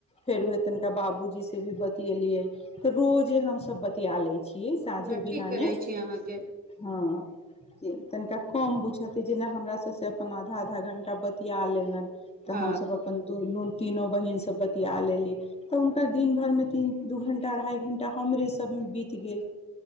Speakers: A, on the left (about 20°); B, on the right (about 30°).
A: फेर उहे तनिका बाबूजी से से भी बतियलियै तऽ रोज जे हम सब बतियाले। छिये साँझे
B: न ठीक
A: बिहान
B: करै छी अहाँके
A: ह <inaudible> तनिका कम बुझते जेना हमरा से से अपन आधा आधा घन <inaudible> बतियालेलन। तऽ
B: ह
A: हमसभ अपन दुनु तीनो बहीन सभ बतिया लेली तऽ हुनकर दिन भरिमे तीन दू घण्टा अढ़ाइ घण्टा हमरे सभमे बीत गेल।